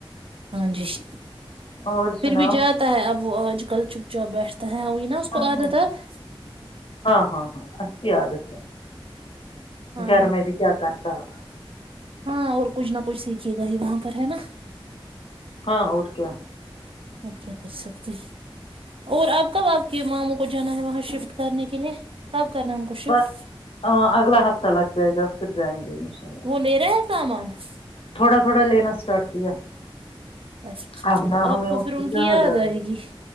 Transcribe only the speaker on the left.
اور
سناؤ
ہوں،
ہاں ہاں اچھی آادت ہے <unintelligible>
گھر میں بھی کیا کرتا آپ <unintelligible>
ہاں اور کیا <unintelligible>
بس ہ اگلا ہفتہ لگ جائے گا پھر جائیں گے انشاء اللہ
تھوڑا تھوڑا لینا اسٹارٹ کیا
اب
نہ
ہمیں
یاد آ
رہی